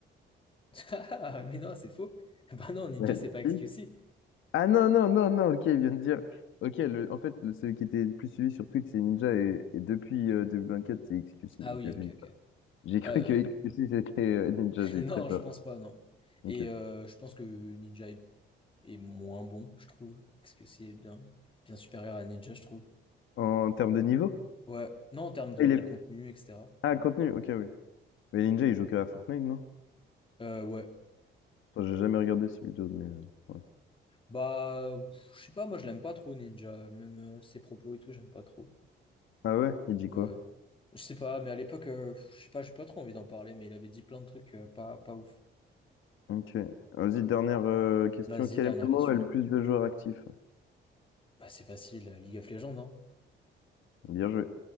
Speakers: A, on the left (about 25°); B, on the left (about 80°).
A: Ah, mais non, c'est faux. <laughs> Bah non, Ninja,
B: Ouais.
A: c'est pas XQC.
B: Si. Ah non, non, non, non, ok, il vient de dire. Ok, le, en fait, le, celui qui était le plus suivi sur Twitch, c'est Ninja, et, et depuis euh, 2024, c'est XQC.
A: Ah
B: Ok,
A: oui, ok,
B: j'ai
A: ok.
B: j'ai cru
A: Euh,
B: que XQC, c'était euh, Ninja,
A: <laughs>
B: j'ai
A: non,
B: eu très peur.
A: je pense pas, non.
B: Ok.
A: Et euh, je pense que Ninja est, est moins bon, je trouve. XQC est bien, bien supérieur à Ninja, je trouve.
B: En termes de niveau?
A: Ouais, non, en termes de
B: Ah, il est-
A: contenu, etc.
B: ah, contenu, ok, oui. Mais Ninja, il joue que à Fortnite, non?
A: Euh, ouais.
B: Enfin, j'ai jamais regardé ce vidéo, mais... euh, ouais.
A: Bah, pff, je sais pas, moi, je l'aime pas trop, Ninja. Même euh, ses propos et tout, j'aime pas trop.
B: Ah ouais? Il dit
A: Ouais.
B: quoi?
A: Je sais pas, mais à l'époque, euh, pff, je sais pas, j'ai pas trop envie d'en parler, mais il avait dit plein de trucs euh, pas, pas ouf.
B: Ok. Vas-y, dernière euh, question.
A: Vas-y,
B: Quel
A: dernière
B: MMO
A: question.
B: a le plus de joueurs actifs?
A: Bah, c'est facile, euh, League of Legends, hein.
B: Bien joué.